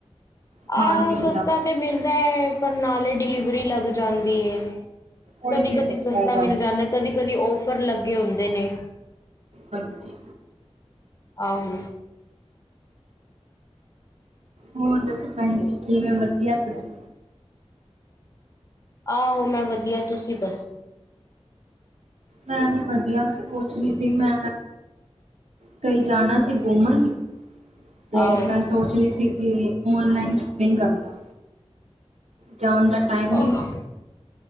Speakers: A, on the right (about 75°); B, on the left (about 30°).
A: ਖਾਣ
B: ਆਹੋ
A: ਪੀਣ
B: ਸਸਤਾ
A: ਦਾ
B: ਤੇ ਮਿਲਦਾ ਏ ਪਰ ਨਾਲੇ ਡਿਲੀਵਰੀ ਲੱਗ ਜਾਂਦੀ ਏ।
A: ਉਹੀ
B: ਕਦੀ
A: ਰੇਟ
B: ਕਦੀ ਸਸਤਾ
A: ਪੈ
B: ਮਿਲ ਜਾਂਦਾ ਕਦੀ ਕਦੀ ਔਫਰ ਲੱਗੇ ਹੁੰਦੇ ਨੇ।
A: ਹਾਂਜੀ।
B: ਆਹੋ।
A: ਹੋਰ ਦੱਸੋ ਭੈਣਜੀ ਕਿਵੇਂ ਵਧੀਆ ਤੁਸੀ।
B: ਆਹੋ ਮੈਂ ਵਧੀਆ ਤੁਸੀ ਦੱਸੋ।
A: ਮੈਂ ਵੀ ਵਧੀਆ, ਮੈਂ ਸੋਚ ਰੀ ਸੀ ਮੈਂ ਕਈ ਜਾਣਾ ਸੀ। ਘੁੰਮਣ ਤੇ
B: ਆਹੋ
A: ਮੈਂ ਸੋਚ ਰੀ ਸੀ ਕਿ ਓਨਲਾਈਨ ਸ਼ੋਪਿੰਗ ਕਰ ਲਾਂ। ਜਾਣ ਦਾ ਟਾਈਮ ਨੀ
B: ਆਹ
A: ਸੀ।